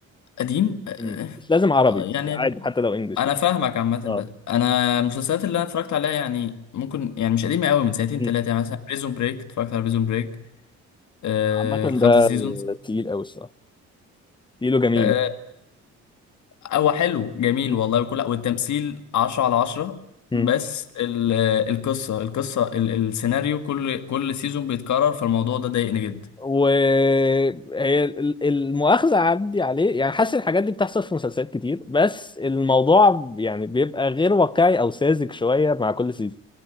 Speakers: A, on the left; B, on the left.
A: قديم آه، آه،
B: مم. مش لازم عربي
A: آه،
B: بس
A: يعني
B: عادي
A: قديم.
B: حتى لو انجلش
A: انا فاهمك عامه بس
B: اه
A: انا المسلسلات اللي انا اتفرجت عليها يعني ممكن يعني مش قديمه قوي من سنتين
B: مم.
A: ثلاثه يعني مثلا بريزون بريك اتفرجت على بريزون بريك آه
B: عامة
A: الخمسه
B: ده
A: سيزونز
B: تقيل قوي الصراحه تقيل وجميل
A: آه هو حلو جميل
B: مم.
A: والله وكل والتمثيل 10 على 10
B: مم.
A: بس ال- آه، القصه القصه ال- السيناريو كل كل سيزون بيتكرر فالموضوع ده ضايقني جدا
B: وهي ال- المؤاخذة عندي عليه يعني حاسس الحاجات دي بتحصل في مسلسلات كتير بس الموضوع يعني بيبقى غير واقعي او ساذج شوية مع كل سيزون